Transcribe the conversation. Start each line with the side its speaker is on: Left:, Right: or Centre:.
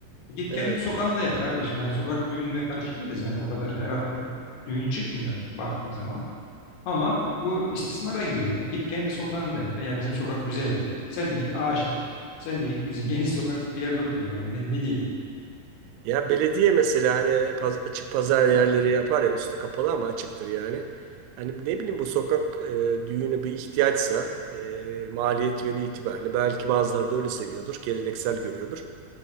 Left: "E, git
Right: evet.
Left: kendi sokağında yap kardeşim. Hani sokak düğününe karşı değiliz. Hani o kadar her hafta düğün çıkmıyor baktığın zaman. Ama bu istismara giriyor yani. Git kendi sokağında yap. Veya bizim sokak güzeldi. Sen de git ağaç dik. Sen de git bizim <laughs> geniş sokaklı bir yerde otur yani. Ne, ne diyeyim?
Right: Ya belediye mesela hani paz- açık pazar yerleri yapar ya üstü kapalı ama açıktır yani. Hani ne bileyim bu sokak e, düğünü bir ihtiyaçsa e, maliyet yönü itibariyle belki bazıları da öyle seviyordur, geleneksel görüyordur.